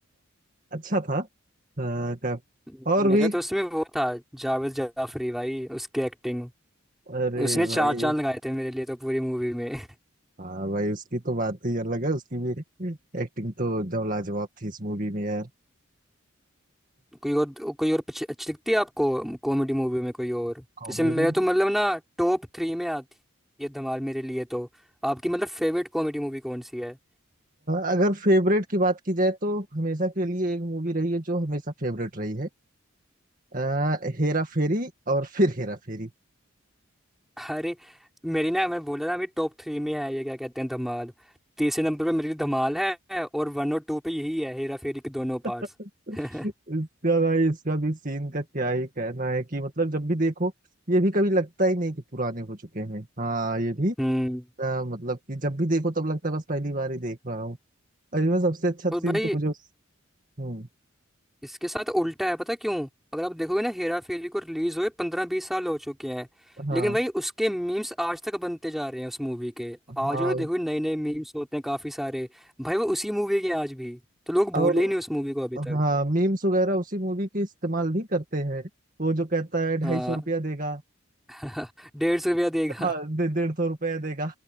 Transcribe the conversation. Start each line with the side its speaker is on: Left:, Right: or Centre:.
Right: अच्छा था आ, का,
Centre: हम्म।
Right: और
Centre: मेरा
Right: भी
Centre: तो उसमें वो था जावेद जाफरी भाई उसकी एक्टिंग
Right: अरे
Centre: उसने
Right: भाई
Centre: चार चांद लगाए थे मेरे लिए तो पूरी मूवी में <laughs>
Right: हाँ भाई उसकी तो बात ही अलग है उसकी भी एक्टिंग तो एकदम लाजवाब थी इस मूवी में यार
Centre: कोई और कोई और अच्छी अच्छी लगती है आपको कॉमेडी मूवी में कोई और
Right: कॉमेडी
Centre: जैसे मेरे तो मतलब ना टॉप थ्री में आती है धमाल मेरे लिए तो आपकी मतलब फेवरेट कॉमेडी मूवी कौन सी है
Right: अगर फेवरेट की बात की जाए तो हमेशा के लिए एक मूवी रही है जो हमेशा फेवरेट रही है आ, हेरा फेरी और फिर हेरा फेरी
Centre: अरे मेरी ना मैं बोला ना मेरी टॉप थ्री में है ये क्या कहते हैं धमाल तीसरे नंबर पे मेरी धमाल है और वन और टू पे यही है हेरा फेरी के दोनों
Right: इसका
Centre: पार्ट्स <laughs>
Right: भाई इसका भी सीन का क्या ही कहना है कि मतलब जब भी देखो ये भी कभी लगता ही नहीं कि पुराने हो चुके हैं हाँ ये भी
Centre: हम्म
Right: आ, मतलब कि जब भी देखो तब लगता है बस पहली बार ही देख रहा हूँ और इनमें सबसे अच्छा
Centre: और
Right: सीन
Centre: भाई
Right: तो मुझे उस- हम्म
Centre: इसके साथ उल्टा है पता क्यों अगर आप देखोगे ना हेरा फेरी को रिलीज हुए पंद्रह बीस साल हो चुके हैं
Right: हाँ
Centre: लेकिन भाई उसके मीम्स आज तक बनते जा रहे हैं उस मूवी के आज
Right: हाँ
Centre: भी देखोगे नए नए मीम्स होते हैं काफी सारे भाई वो उसी मूवी के हैं आज भी तो लोग भूले
Right: और
Centre: ही नहीं उस मूवी को अभी तक
Right: हाँ मीम्स वगैरह उसी मूवी के इस्तेमाल भी करते हैं वो जो कहता है ढाई
Centre: हाँ
Right: सौ रुपया देगा
Centre: <laughs> डेढ़ सौ रुपया देगा
Right: हाँ दे डेढ़ सौ रुपया देगा